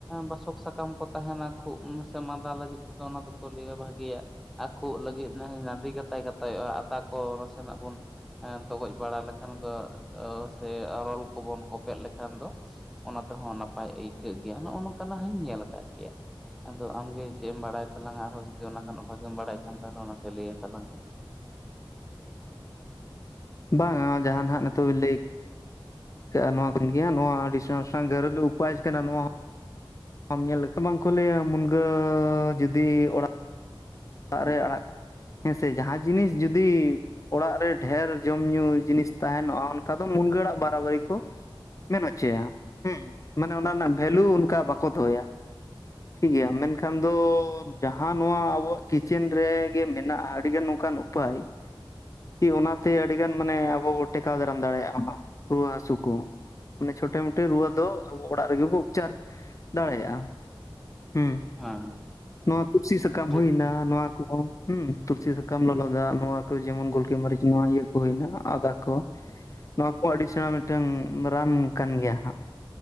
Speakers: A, in the centre; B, on the left.
A: ᱵᱟᱥᱚᱠ ᱥᱟᱠᱟᱢ ᱠᱚ ᱛᱟᱦᱮᱱᱟ ᱠᱷᱩᱜ ᱥᱮ ᱢᱟᱸᱫᱟ ᱞᱟᱹᱜᱤᱫ ᱛᱮ ᱫᱚ ᱚᱱᱟ ᱫᱚ ᱠᱚ ᱞᱟᱹᱭᱟ ᱵᱷᱟᱜᱮᱭᱟᱜ ᱟᱨ ᱠᱷᱩᱜ ᱞᱟᱹᱜᱤᱫ <inaudible> ᱱᱟᱰᱨᱤ ᱜᱟᱛᱟᱭ ᱜᱟᱛᱟᱭᱚᱜᱼᱟ ᱟᱛᱟ ᱠᱚ ᱱᱟᱥᱮᱱᱟᱜ ᱵᱚᱱᱼᱼ ᱛᱚᱜᱚᱡ ᱵᱟᱲᱟ ᱞᱮᱠᱷᱟᱱ ᱫᱚ ᱥᱮ ᱨᱚᱞ ᱠᱚ ᱵᱚᱱ ᱠᱚᱯᱮᱫ ᱞᱮᱠᱷᱟᱱ ᱫᱚᱼᱼ ᱚᱱᱟ ᱛᱮ ᱦᱚᱸ ᱱᱟᱯᱟᱭ ᱟᱹᱭᱠᱟᱹᱜ ᱜᱮᱭᱟ ᱱᱚᱜᱼᱚ ᱱᱚᱝᱠᱟᱱᱟᱜ ᱦᱚᱧ ᱧᱮᱞ ᱟᱠᱟᱫ ᱜᱮᱭᱟ ᱟᱫᱚ ᱟᱢᱜᱮ ᱪᱮᱫ ᱮᱢ ᱵᱟᱲᱟᱭ ᱛᱟᱞᱟᱝᱟ ᱟᱨ ᱦᱚᱸ ᱡᱩᱫᱤ ᱚᱱᱟ ᱠᱷᱚᱱᱟᱜ ᱵᱷᱟᱜᱤᱢ ᱵᱟᱲᱟᱭ ᱠᱷᱟᱱ ᱫᱚᱦᱚᱸ ᱱᱟᱥᱮ ᱞᱟᱹᱭᱟ ᱛᱞᱟᱝ ᱢᱮ
B: ᱵᱟᱝᱟ ᱡᱟᱦᱱᱟᱜ ᱱᱤᱛᱚᱜ ᱵᱤᱱ ᱞᱟᱹᱭᱼᱼ ᱠᱟᱜ-ᱟ ᱱᱚᱣᱟ ᱠᱚᱱ ᱜᱮᱭᱟ ᱱᱚᱣᱟ ᱟᱹᱰᱤ ᱜᱨᱮᱞ ᱩᱯᱟᱭ ᱠᱟᱱᱟ ᱱᱚᱣᱟ ᱵᱟᱢ ᱧᱮᱞ ᱞᱮᱠᱷᱟᱱ ᱵᱟᱝ ᱠᱚ ᱞᱟᱹᱭᱟ ᱢᱩᱱᱜᱟᱹ ᱡᱩᱫᱤ ᱚᱲᱟᱜᱼᱼ ᱟᱨᱮ ᱚᱲᱟᱜ ᱦᱮᱸᱥᱮ ᱡᱟᱦᱟᱸ ᱡᱤᱱᱤᱥ ᱡᱩᱫᱤ ᱚᱲᱟᱜ ᱨᱮᱼᱼ ᱰᱷᱮᱨ ᱡᱚᱢ ᱧᱩ ᱡᱤᱱᱤᱥ ᱛᱟᱦᱮ ᱱᱚᱜᱼᱟ ᱚᱱᱠᱟ ᱫᱚ ᱢᱩᱱᱜᱟᱹ ᱟᱲᱟᱜ ᱵᱟᱨᱟᱵᱟᱨᱤ ᱠᱚᱼᱼ ᱢᱮᱱ ᱦᱚᱪᱚᱭᱟ, ᱦᱩᱸ ᱢᱟᱱᱮ ᱚᱱᱟ ᱨᱮᱱᱟᱜ ᱵᱷᱮᱞᱩ ᱚᱱᱠᱟ ᱵᱟᱠᱚ ᱫᱚᱦᱚᱭᱟ ᱾ ᱴᱷᱤᱠ ᱜᱮᱭᱟ, ᱢᱮᱱᱠᱷᱟᱱ ᱫᱚ ᱡᱟᱦᱟᱸ ᱱᱚᱣᱟ ᱟᱵᱚᱣᱟᱜᱼᱼ ᱠᱤᱪᱮᱱ ᱨᱮᱜᱮ ᱢᱮᱱᱟᱜᱼᱟ ᱟᱹᱰᱤᱜᱟᱱ ᱱᱚᱝᱠᱟᱱ ᱩᱯᱟᱭ, ᱠᱤ ᱚᱱᱟᱛᱮ ᱟᱰᱤᱜᱟᱱ ᱢᱟᱱᱮᱼᱼ ᱵᱟᱵᱚ ᱴᱮᱠᱟᱣ ᱫᱟᱲᱼᱼ ᱫᱟᱲᱮᱭᱟᱜᱼᱟ ᱨᱩᱣᱟᱹ ᱦᱟᱥᱩ ᱠᱚ, ᱢᱟᱱᱮ ᱪᱷᱳᱴᱮ ᱢᱚᱴᱮ ᱨᱩᱣᱟᱹ ᱫᱚ ᱟᱵᱚ ᱚᱲᱟᱜ ᱨᱮᱜᱮ ᱵᱚ ᱩᱯᱪᱟᱨᱼᱼ ᱫᱟᱲᱮᱭᱟᱜᱼᱟ ᱦᱩᱸ ᱾
A: ᱦᱮᱸ <unintelligible>
B: ᱱᱚᱣᱟ ᱛᱩᱞᱥᱤ ᱥᱟᱠᱟᱢ
A: ᱴᱷᱤᱠ
B: ᱦᱩᱭᱱᱟ
A: ᱴᱷᱤᱠ
B: ᱱᱚᱣᱟ ᱠᱚᱦᱚᱸ ᱦᱮᱸ ᱛᱩᱞᱥᱤ ᱥᱟᱠᱟᱢᱼᱼ ᱠᱚᱢ ᱞᱚᱞᱚ ᱫᱟᱜ ᱱᱚᱣᱟ ᱠᱚ ᱡᱮᱢᱚᱱ ᱜᱳᱞᱠᱤ ᱢᱟᱹᱨᱤᱪ ᱱᱚᱣᱟ ᱤᱭᱟᱹ ᱠᱚ ᱦᱩᱭᱱᱟ ᱟᱫᱟ ᱠᱚᱼᱼ ᱱᱚᱣᱟ ᱠᱚ ᱟᱹᱰᱤ ᱥᱮᱬᱟ ᱢᱤᱫᱴᱟᱝ ᱨᱟᱱ ᱠᱟᱱ ᱜᱮᱭᱟ ᱦᱟᱸᱜ